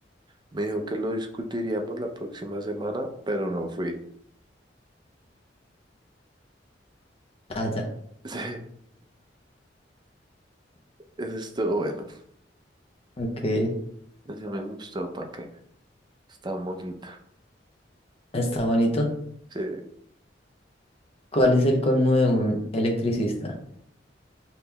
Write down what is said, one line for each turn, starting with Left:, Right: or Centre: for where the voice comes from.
Right: Me dijo que lo discutiríamos la próxima semana, pero no fui. <laughs>
Left: Ah, ya.
Right: Sí, eso estuvo bueno.
Left: Ok.
Right: Ese me gustó, ¿para qué? Está bonito.
Left: Está bonito.
Right: Sí,
Left: ¿Cuál es el colmo de un electricista?